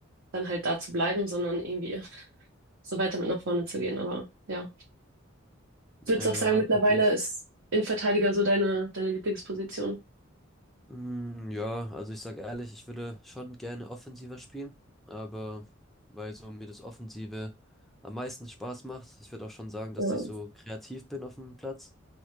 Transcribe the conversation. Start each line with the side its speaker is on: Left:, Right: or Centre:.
Right: dann halt da zu bleiben, sondern irgendwie <laughs> so weiter mit nach vorne zu gehen. Aber ja, würdest
Centre: Äh,
Right: du auch sagen,
Centre: ja,
Right: mittlerweile
Centre: verstehe ich.
Right: ist Innenverteidiger so deine, deine Lieblingsposition?
Centre: Mm, Ja, also ich sag ehrlich, ich würde schon gerne offensiver spielen, aber weil so mir das Offensive am meisten Spaß macht, ich würde auch schon sagen, dass
Right: Ja.
Centre: ich so kreativ bin auf dem Platz,